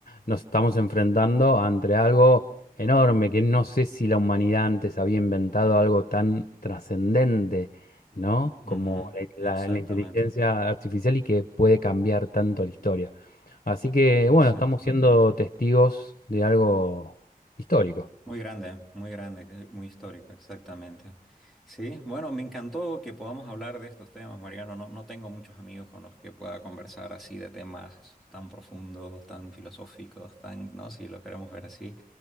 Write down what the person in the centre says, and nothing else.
Ujú,
Exactamente,
exacto.
Muy grande, muy grande, que- muy histórico, exactamente. Sí, bueno, me encantó que podamos hablar de estos temas, Mariano. No, no tengo muchos amigos con los que pueda conversar así de temas tan profundos, tan filosóficos, tan, ¿no? Si lo queremos ver así.